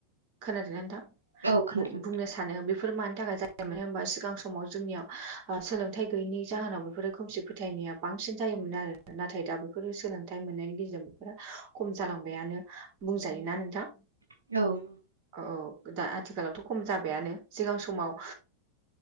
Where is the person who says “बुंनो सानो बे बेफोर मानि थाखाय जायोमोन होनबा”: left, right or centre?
Right